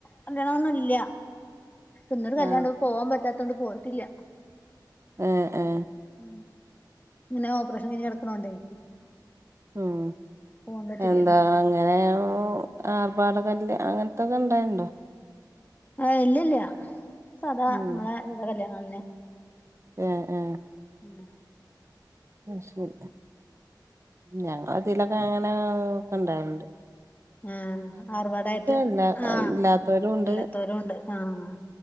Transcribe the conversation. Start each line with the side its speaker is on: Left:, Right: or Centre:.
Left: കല്യാണന്നുല്ല ഇന്നൊരു കല്യാണണ്ടായിന്ന്
Right: ആ
Left: പോവാൻ പറ്റാ റ്റത്തോണ്ട് പോയിട്ടില്ല.
Right: ഏഹ് ഏഹ്
Left: ഉം ഇങ്ങനെ ഓപ്പറേഷൻ കഴിഞ്ഞ് കിടക്കണോണ്ടേ
Right: ഉം
Left: പോവാൻ പറ്റില്ലല്ലോ
Right: എന്താ അങ്ങനെകു <unintelligible> മ്പോ ആർപാട കല്ല് അങ്ങനത്തൊക്കെ ഇണ്ടായിണ്ട്
Left: ആഹ് ഇല്ല ഇല്ല സദാ
Right: ഉം
Left: നമ്മളെ ഇങ്ങനത്തെ കല്യാണം തന്നെ
Right: ഏഹ് ഏഹ്
Left: ഉം
Right: ശരി ഞങ്ങളതിലൊക്കെ അങ്ങനെ ഒക്കെ ഇണ്ടായിണ്ട്
Left: ആഹ് അറിവുകേടയിട്ട്
Right: ഇല്ലാ
Left: ആഹ്
Right: ഇല്ലാത്തോലും ഉണ്ട്
Left: ഇല്ലാത്തോരുണ്ട് ആഹ്